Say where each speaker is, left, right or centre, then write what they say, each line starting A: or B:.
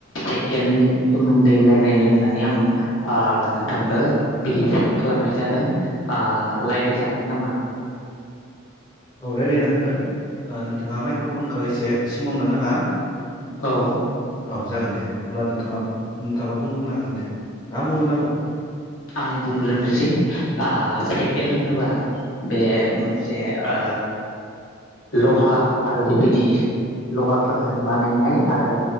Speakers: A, on the left; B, on the left.
A: साइकेलनि सोमोन्दै रायलायनो होननानै आं ओ नोंथांखौ बिदि फन खालामनाय जादों ओ रायलायजागोन नामा?
B: औ रायज्लायनो हागोन ओ नोंथाङा माइक्र'फनखौ एसे सिमावनो नाङा
A: औ।
B: औ जागोन दे अब्ला नोंथाङा नोंथाङा बुंग्रोनो हागोन दे ना आं बुंग्रोनांगौ
A: आं बुंग्रोनोसै ओ साइकेल होनोबा बे मोनसे ओ लहा आरो बेबायदि लहाफोरजों बानायनाय आरो